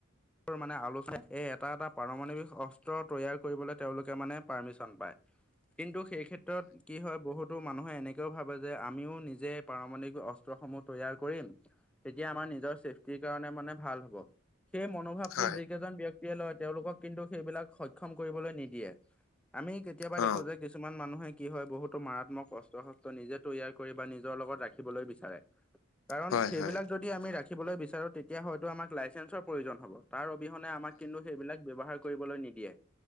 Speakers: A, in the centre; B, on the left.
A: মানে আলোচনা এই এটা এটা পাৰমাণৱিক অস্ত্ৰ তৈয়াৰ কৰিবলৈ তেওঁলোকে মানে পাৰ্মিশন পায়। কিন্তু সেই ক্ষেত্ৰত- কি হয় বহুতো মানুহে এনেকৈও ভাবে যে আমিও নিজে পাৰমাণিক অস্ত্ৰসমূহ তৈয়াৰ কৰিম। তেতিয়া আমাৰ নিজৰ চেফটিৰ কাৰণে মানে ভাল হ'ব, সেই মনোভাৱটো
B: হয়
A: যি কেইজন ব্যক্তিয়ে লয় তেওঁলোকক কিন্তু সেইবিলাক সক্ষম কৰিবলৈ নিদিয়ে। আমি কেতিয়াবা
B: অ
A: দেখো যে- কিছুমান মানুহে কি হয় বহুতো মাৰাত্মক অস্ত্ৰ-শস্ত্ৰ নিজে তৈয়াৰ কৰে বা নিজৰ লগত ৰাখিবলৈ বিচাৰে।
B: <unintelligible>
A: কাৰণ সেইবিলাক
B: হয়
A: যদি আমি ৰাখিবলৈ বিচাৰো তেতিয়া হয়তো আমাক লাইেন্ৰ প্ৰয়োজন হ'ব। তাৰ অবিহনে আমাক কিন্তু সেইবিলাক ব্যৱহাৰ কৰিবলৈ নিদিয়ে।